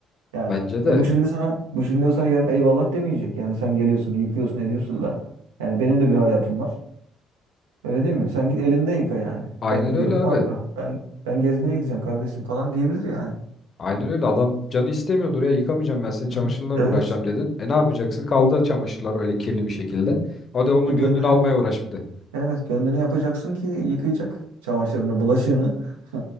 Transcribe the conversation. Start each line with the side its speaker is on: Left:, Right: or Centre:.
Right: Yani
Left: Bence de.
Right: e bu şimdi sana bu şimdi o sana yarın eyvallah demeyecek. Yani sen geliyorsun, yıkıyorsun, ediyorsun da yani benim de bir hayatım var. Öyle değil mi? Sen git elinde yıka yani.
Left: Aynen
Right: Ben gidiyorum
Left: öyle abi.
Right: parka. Ben ben gezmeye gideceğim kardeşim falan diyebilir yani.
Left: Aynen öyle. Adam canı istemiyordur ya yıkamayacağım ben senin
Right: Hı?
Left: çamaşırınla
Right: Evet.
Left: mı uğraşacağım dedin. E ne yapacaksın? Kaldı çamaşırlar öyle kirli bir şekilde. O da onun
Right: E gönlünü
Left: gönlünü almaya uğraş bir de.
Right: evet gönlünü yapacaksın ki yıkayacak çamaşırını, bulaşığını. <laughs>